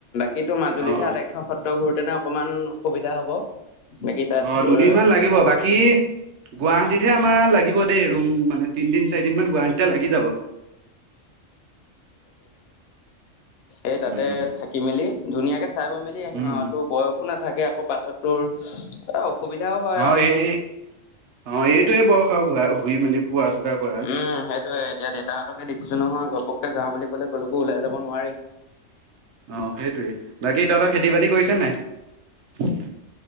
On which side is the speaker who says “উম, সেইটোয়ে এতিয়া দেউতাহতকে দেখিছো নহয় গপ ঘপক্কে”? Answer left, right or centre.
Left